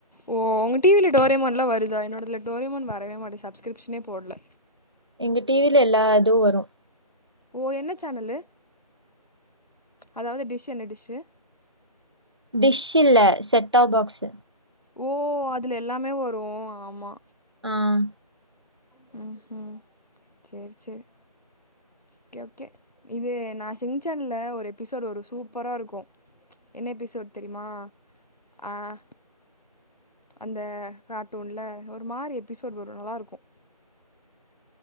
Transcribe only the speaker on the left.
ஓ உ டிவியில டோரியமோன்லாம் வருதா என்னோடல டோரியமோன் வரவே மாட்டேன் சப்ஸ்கிரிப்ஷனே போடல
ஓ என்ன சேனல் அதாவது டிஷ் செஷு
ஓ அதுல எல்லாமே வரும் ஆமா
ஹ ஹ சேரி சேரி ஓகே ஓகே இது நான் ஷன்சேன்ல ஒரு எபிசோடு வரும் சூப்பரா இருக்கும் என்ன எபிசோடு் தெரியுமா அஹ் அந்த கார்ட்டூன்ல ஒரு மாரி எபிசோட் வரும் நல்லா இருக்கும்